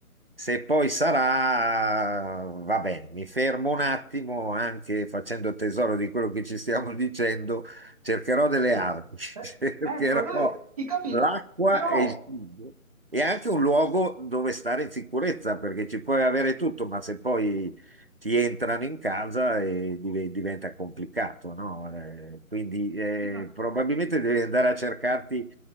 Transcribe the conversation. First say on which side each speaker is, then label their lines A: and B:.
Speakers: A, on the right; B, on the right.
A: se poi sarà, va bene, mi fermo un attimo, anche facendo tesoro di quello che ci stiamo dicendo, cercherò delle
B: <laughs>
A: armi, <laughs> cercherò
B: Eh, Ecco, noi ti capi,
A: l'acqua
B: però
A: e il cibo e anche un luogo dove stare in sicurezza, perché ci puoi avere tutto, ma se poi ti entrano in casa e div- diventa complicato, no? Eh, quindi eh,
B: sì, ma
A: probabilmente devi andare a cercarti